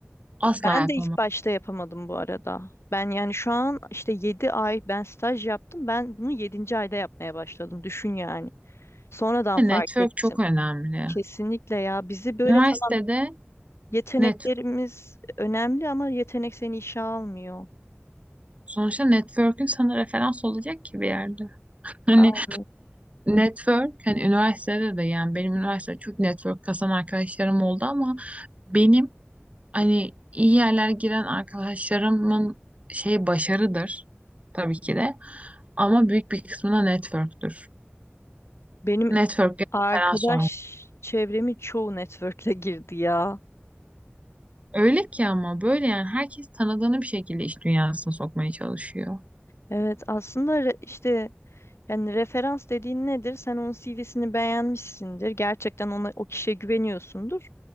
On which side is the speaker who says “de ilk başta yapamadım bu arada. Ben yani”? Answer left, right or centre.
Left